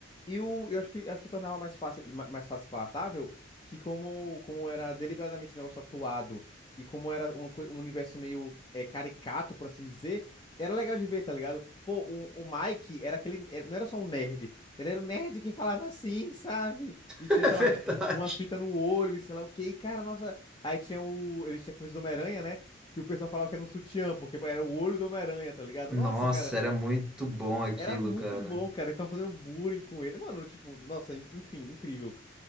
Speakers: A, on the left; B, in the centre.
A: E o, eu acho que, acho que tornava mais fácil, e ma- mais fácil e palatável que como, como era deliberadamente um negócio atuado e como era um, um universo meio é, caricato, por assim dizer, era legal de ver, tá ligado? Pô, o, o Mike era aquele, era- não era só um nerd, ele era um nerd que falava assim, sabe? E tinha,
B: É
A: sei
B: verdade.
A: lá, um- uma fita no olho e sei lá o quê. E, cara, nossa, aí tinha o, ele tinha a camisa do Homem-Aranha, né? Que o pessoal falava que era um sutiã, porque era o olho do Homem-Aranha, tá ligado?
B: Nossa,
A: Nossa, cara
B: era muito bom aquilo,
A: era muito
B: cara.
A: bom, cara. Eu ficava fazendo bullying com ele. Mano, tipo, nossa, en- enfim, incrível.